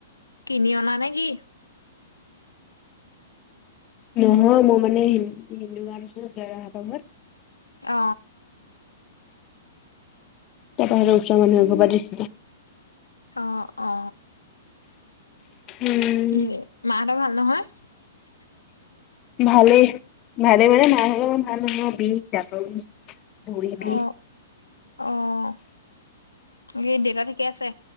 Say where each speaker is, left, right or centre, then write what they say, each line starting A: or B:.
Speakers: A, on the left; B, on the left.
A: কিনি অনা নেকি?
B: নহয় মোৰ মানে হ হিন্দু ঘৰত
A: অ
B: তাৰ পৰা আৰু ওচৰ মানুহ এঘৰ পৰা দিছিলে।
A: অ অ
B: উম
A: এ মাহঁতৰ ভাল নহয়
B: ভালেই ভালেই মানে <unintelligible> <unintelligible> দাত বিষ ভৰি বিষ
A: অ', অ', বাকী দেউতা ঠিকে আছে?